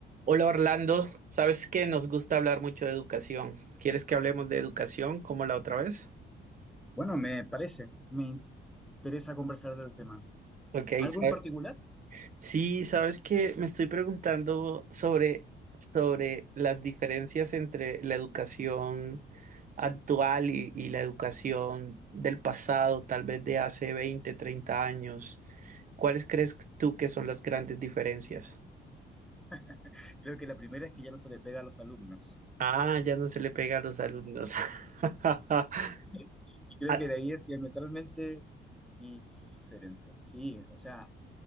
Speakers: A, on the right (about 40°); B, in the centre.
A: Hola Orlando, sabes que nos gusta hablar mucho de educación. ¿Quieres que hablemos de educación como la otra vez?
B: Bueno, me parece, me interesa conversar del tema.
A: Ok,
B: Algo
A: sa-
B: en particular,
A: Sí, sabes que me estoy preguntando sobre, sobre las diferencias entre la educación actual y, y la educación del pasado, tal vez de hace 20, 30 años. ¿Cuáles crees tú que son las grandes diferencias?
B: <laughs> creo que la primera es que ya no se le pega a los alumnos.
A: Ah, ya no se le pega a los alumnos. <laughs>
B: <laughs> Y creo
A: Ah,
B: que de ahí es diametralmente diferente. Sí, o sea,